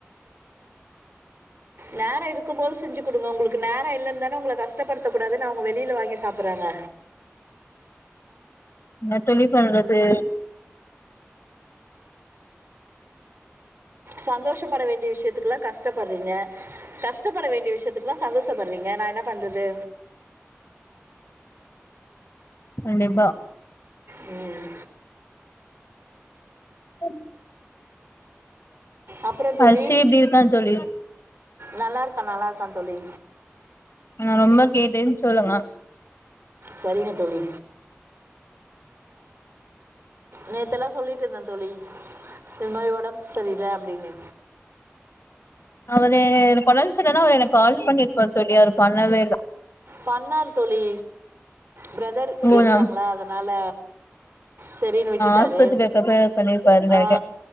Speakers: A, on the right; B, on the left.
A: நேரோ இருக்கும்போது செஞ்சு குடுங்க ஒங்ளுக்கு நேரோ இல்லன் தானே ஒங்கள கஷ்டப்படுத்தக்கூடாதுனு அவுங்க வெளில வாங்கி சாப்புறாங்க
B: என்ன தோழி பண்றது
A: சந்தோஷப்பட வேண்டிய விஷயத்துக்குல்லா கஷ்டப்படுறீங்க கஷ்டப்பட வேண்டிய விஷயத்துக்குல்லா சந்தோஷப்படுறீங்க நா என்ன பண்றது
B: கண்டிப்பா
A: ம்
B: ம்
A: அப்பறோ தோழி
B: ஹர்ஷி எப்டி இருக்கா தோழி
A: நல்லாருக்கா நல்லாக்கா தோழி
B: நா ரொம்ப கேட்டேன்னு சொல்லுங்க
A: சரிங்க தோழி நேத்தெல்லா சொல்லிட்டு இருந்தே தோழி இது மாரி ஒடம் சரியில்ல அப்டின்னு
B: அவரு எனக்கு ஒடம் சரியில்லன்னா அவரு எனக் கால் பண்ணிருப்பாரு தோழி அவரு பண்ணவே இல்ல
A: பண்ணாரு தோழி பிரதர்
B: ஓ
A: எடுத்தாங்களா
B: நா
A: அதனால செரின்னு விட்டுட்டாரு
B: ஆஸ்பத்திரில இருக்கப்ப பண்ணிருப்பாருன்னு
A: ஆ
B: நெனைக்கிறே